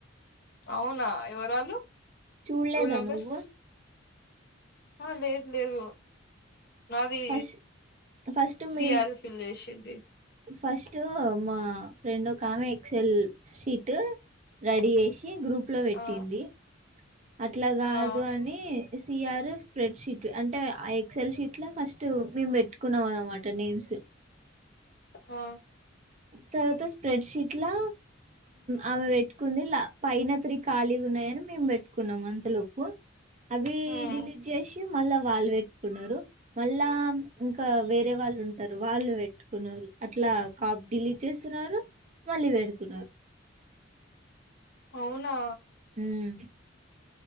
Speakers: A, on the left; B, on the right.
A: అవునా ఎవరాలు
B: చూడలేదా
A: రూల్ నెంబర్స్
B: నువ్వు
A: ఆ లేదు లేదు నాది
B: ఫస్ట్ ఫస్ట్
A: సిఆర్
B: మేము
A: ఫిల్ చేసింది
B: ఫస్ట్ మా ఫ్రెండ్ ఒక ఆమె ఎక్సెల్ స్షీట్ రెడీ చేసి గ్రూప్ లో పెట్టింది,
A: ఆ
B: అట్లా కాదు
A: ఆ
B: అని సిఆర్ స్ప్రెడ్ షీట్ అంటే ఆ ఎక్సఎల్ షీట్ లో ఫస్ట్ మేము పెట్టుకున్నాం అనమాట నేమ్స్ స్
A: హా
B: తర్వాత స్ప్రెడ్షీట్లా ఆమె పెట్టుకుంది పైన త్రి కాలి ఉ ఉన్నయని మేము పెట్టుకున్నాం అంతలోపు అవి
A: హ్మ్
B: డిలేట్ చేసి మళ్ళా వాళ్ళు పెట్టుకున్నారు మళ్ళా ఇంకా వేరే వాళ్ళు ఉంటరు వాళ్ళు పెట్టుకున్నారు అట్లా కాప్ డిలీట్ చేస్తున్నారు మళ్ళీ పెడుతున్నారు
A: అవునా
B: మ్